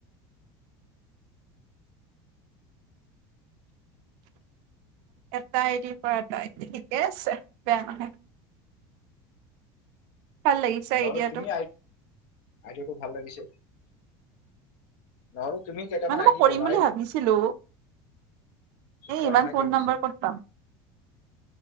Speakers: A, on the right (about 55°); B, on the left (about 55°).
A: এটা আইডিৰ পৰা এটা আইডিৰ ঠিকে আছে বেয়া নহয় ভাল লাগিছে
B: নহলে
A: আইডিয়াটো
B: তুমি আই আইদিয়াটো ভাল লাগিছে। নহলে, তুমি কেইটাামান
A: মানে
B: আইডি
A: মই কৰিম
B: বনাই
A: বুলি
B: লোৱা।
A: ভাবিছিলো এই
B: পঢ়া
A: ইমান
B: নাই
A: ফোন
B: কিয় পিছে
A: নম্বৰ কত পাম।